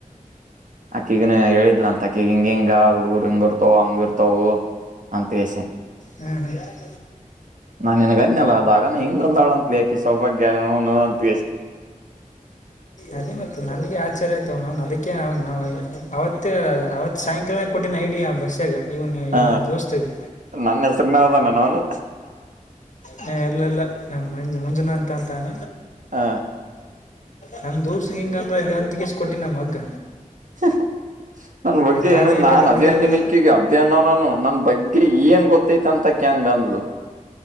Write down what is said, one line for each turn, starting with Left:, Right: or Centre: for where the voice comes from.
Right: ಅಕ್ಕಿಗನ ಹೇಳಿದ್ಲ ಅಂತ ಅಕ್ಕಿಗ ಹಿಂಗ ಹಿಂಗ ಹುಡುಗರು ಹಿಂಗ ಇರ್ತಾವ ಹಂಗ ಇರ್ತವು. ಅಂತ ವಸ
Left: ಹ್ಮ್ -ಹ್ಮ್
Right: ನಾನನ್ ಗಜಯಲ್ಲ ಆದಾಗನ ಹಿಂಗೊಂದಳಂತಕಿ ಸೌಭಾಗ್ಯಂತ
Left: ಅದ ಮ ನನ್ಗೆ <unintelligible> ಆಚರ್ ಆಯ್ತ ಅದಕ್ಕೆ ಅವ ಅವತ್ ಸಾಯಂಕಾಲ ಕೊಟ್ಟ ಐಡಿಯಾ ಬಸ್, ಇಗ ಇವನ್
Right: ಹ
Left: ಇವ ನಮ್ ದೋಸ್ತಿಗೆ
Right: ನನ್ನ ಹೆಸರ್ನ ಅದಾನ ಅವನು
Left: ಹ- ಎಲ್ಲೆಲ್ಲ ನಮ್ಮ್ ಮಂಜು ಮಂಜುನಾ ಅಂತ ಅಂತಾನ,
Right: ಹ
Left: ನಮ ದೋಸಗ್ ಹಿಂಗ ಅಂದ್ರ ಇಲ್ಲಿ ಅಂತಿಕಸ್ ಕೊಟ್ಟಿನ ನಮಗ್ಗ.
Right: ಹ -ಹ- ನನ್ ಬಗ್ಗೆ
Left: ತಾನೇ
Right: ಏನು
Left: ಎಡ್ಡೆಡ್
Right: ನಾನ್
Left: ಹುಡುಗಿರ್ನ
Right: ಅಧಿನಂಜನಕ್ಕೆಗ ಅಧ್ಯ್ನನನು ನನ್ ಬಗ್ಗೆ ಏನ್ ಗೊತ್ತ. ೈತ್ ಅಂತ ಕ್ಯಾಂಗ ಅಂದ್ಲು